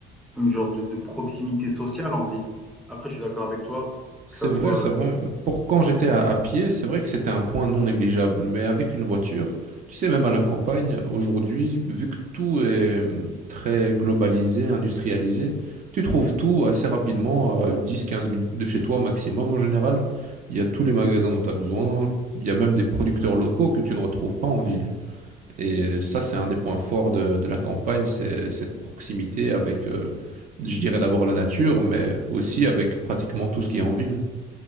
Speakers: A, in the centre; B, on the right.
A: une genre de, de proximité sociale en ville. Après, je suis d'accord avec toi
B: C'est
A: que ça
B: vrai,
A: soit
B: c'est vrai. Pour quand j'étais à, à pied, c'est vrai que c'était un point non négligeable. Mais avec une voiture, tu sais, même à la campagne, aujourd'hui, vu que tout est hum, très globalisé, industrialisé, tu trouves
A: euh,
B: tout assez rapidement, à dix, quinze minutes de chez toi maximum en général. Il y a tous les magasins dont tu as besoin. Il y a même des producteurs locaux que tu ne retrouves pas en ville. Et ça, c'est un des points forts de, de la campagne, c'est cette proximité avec, euh, je dirais d'abord la nature, mais aussi avec pratiquement tout ce qui est en ville.